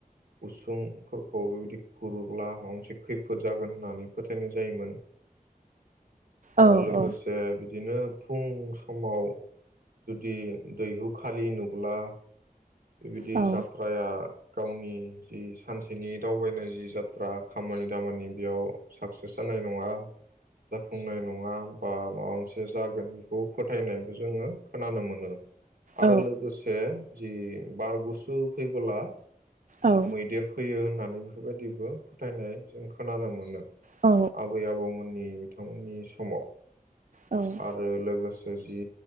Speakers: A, on the right (about 80°); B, on the right (about 55°).
A: उसुंफोरखौ बेबायदि खुरोब्ला माबा मोनसे खैफोद जागोन होननानै फोथायनाय जायोमोन।
B: औ
A: आरो लोगोसे
B: औ
A: बि दिनो फुं समाव जुदि दैहु खालि नुब्ला बेबायदि
B: औ
A: जात्राया गावनि जि सानसेनि दावबायनाय जि जात्रा खामानि दामानि बेयाव साक्सेस जानाय नङा जाफुंनाय नङा बा माबा मोनसे जागोन बेखौ फोथायनायबो जोङो खोनानो मोनो। आरो
B: औ
A: लोगोसे जि बार गुसु फैबोला जि
B: औ
A: मैदेर फैयो होनना नाय बेफोरबायदिबो फोथायनाय जों खोनानो मोनो।
B: औ
A: आबै आबौमोननि थांमोननि समाव।
B: औ
A: आरो लोगोसे जि